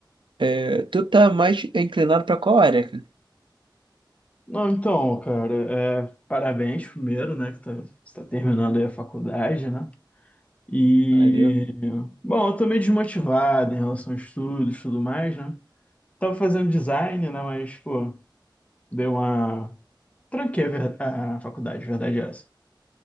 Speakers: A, on the right; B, on the left.
A: É, tu tá mais inclinado pra qual área, cara?
B: Não, então, cara, é, parabéns primeiro, né, que tá, você tá terminando aí a faculdade, né? E,
A: Valeu.
B: bom, eu tô meio desmotivado em relação a estudos e tudo mais, né? Tava fazendo design, né, mas, pô, deu uma... Tranquei a, ver- a faculdade, verdade é essa.